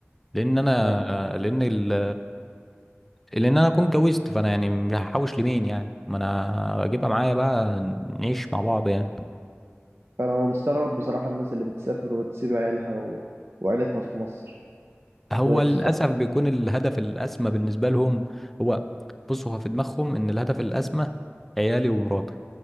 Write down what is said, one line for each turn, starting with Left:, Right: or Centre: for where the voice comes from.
Centre: لان انا
Right: اه
Centre: لان ال ال لان انا اكون اتجوزت فانا يعني هحوش لمين يعني ما انا اجيبها معايا بقى نعيش مع بعض يعني
Right: فأنا أنا بستغرب بصراحة الناس اللي بتسافر وتسيب عيالها و... وعيلتها في مصر
Centre: هو
Right: وهي
Centre: للاسف
Right: تشتغل
Centre: بيكون الهدف الاسمى بالنسبه لهم هو بص هو في دماغهم ان الهدف الاسمى عيالي ومراتي